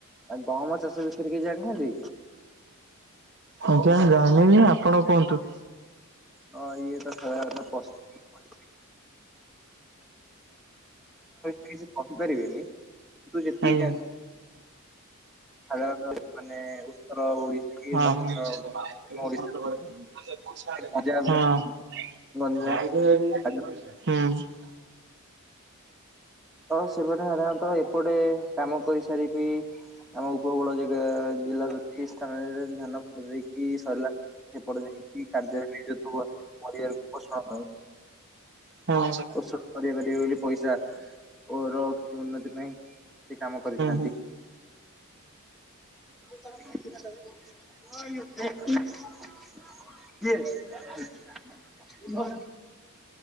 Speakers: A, in the centre; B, on the right.
A: ଆଉ ଗହମ ଚାଷ ବିଷୟରେ କିଛି ଜାଣିଛନ୍ତି?
B: ଆଜ୍ଞା ଜାଣିବି ଆପଣ କୁହନ୍ତୁ।
A: ହଁ <inaudible> <unintelligible> କିଛି କହିିପାରିବିନି କି ତୁ ଯେତିକି
B: ଆଜ୍ଞା
A: ସାଧାରଣତ ମାନେ ଉତ୍ତର ଓଡିଶା କି
B: ହଁ
A: ଦକ୍ଷିଣ
B: <inaudible>
A: ଓଡ଼ିଶା
B: ହଁ
A: ପଞ୍ଜାବ ଗଞ୍ଜା
B: ହଁ
A: ଆଡେ ସେମାନେ ସାଧାରଣତଃ ଏପଟେ କାମ କରିସାରିକି ଆମ ଉପକୂଳ ଜିଲ ଜିଲ୍ଲାର କିଛି ସ୍ଥାନରେ ଧାନ ଦେଇକି ସରଲା। ସେପଟେ ଯାଇକି କାର୍ଯ୍ୟ ନିଷଣ <inaudible>
B: ହଁ ହୁଁ
A: ଔଷଧ କରିବାପାରିବ ବୋଲି ପଇସା ପର ଉକ୍ତି ଉନ୍ନତି ପାଇଁ ସେ କାମ କରିଥାନ୍ତି।
B: ହୁଁ ହୁଁ
A: <inaudible> କିଏ?